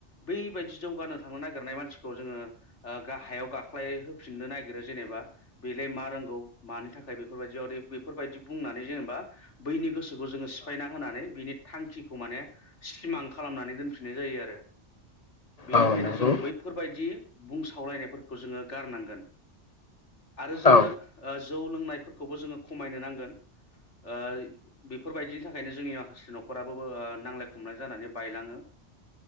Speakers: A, on the left; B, on the left.
A: बैबायदि जौगानो थांनो नागिरनाय मानसिखौ जोङो ओ गाहायाव गाख्लायहोफिननो नागिरो जेनेबा बेलाय मा रोंगौ मानि थाखाय बेफोरबायदिया बेफोरबायदि बुंनानै जेनेबा बैनि गोसोखौ जोङो सिफायना होनानै बिनि थांखिखौ माने सिमां खालामनानै दोनफिननाय जायो आरो बेनिखायनो
B: औ नंगौ
A: जो बैफोरबायदि बुंसावलायनायफोरखौ जोङो गारनांगोन। आरो जोङो
B: औ
A: ओ जौ लोंनायफोरखौबो जोङो खमायनो नांगोन ओ बेफोरबायदिनि थाखायनो जोंनि माखासे न'खराबो ओ नांलाय खमलाय जानानै बायलाङो।